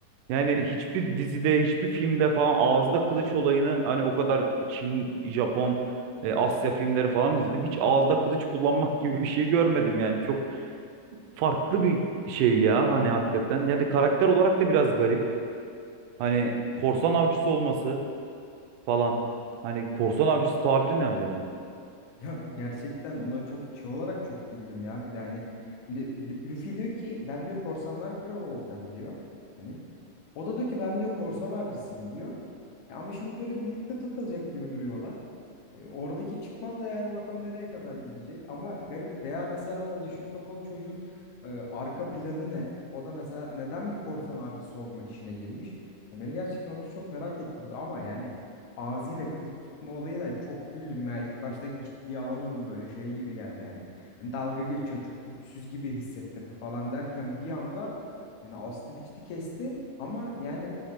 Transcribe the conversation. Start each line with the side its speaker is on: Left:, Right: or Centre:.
Right: yani hiçbir dizide, hiçbir filmde falan ağızda kılıç olayını hani o kadar Çin, Japon, e, Asya filmleri falan izledim. Hiç ağızda kılıç kullanmak <laughs> gibi bir şey görmedim yani. Çok farklı bir şey ya hani hakikaten. Yani karakter olarak da biraz garip. Hani korsan avcısı olması falan. Hani korsan avcısı tabiri ne acaba?
Left: Ya gerçekten ona çok şey olarak çok güldüm ya. Bir de hani şimdi Lü- Luffy diyor ki ben diyor korsanlar kralı olacağım diyor. Hani o da diyor ki ben diyor korsan avcısıyım diyor. E ama şimdi böyle birlikte takılacak gibi duruyorlar. E, Oradaki çıkmaz da yani bakalım nereye kadar gidecek. Ama garip veya mesela o yeşil kafalı çocuğun e, arka planı ne? O da mesela neden bir korsan avcısı olma işine girmiş? Ya beni gerçekten onu çok merak ettirdi ama yani ağzıyla kılıç tutma olayı da çok güldüm ya. İlk başta ciddiye alamadım böyle şey gibi geldi hani. Hani dalga geçiyor çok güçsüz gibi hissettirdi falan derken bir anda yani astı biçti kesti ama yani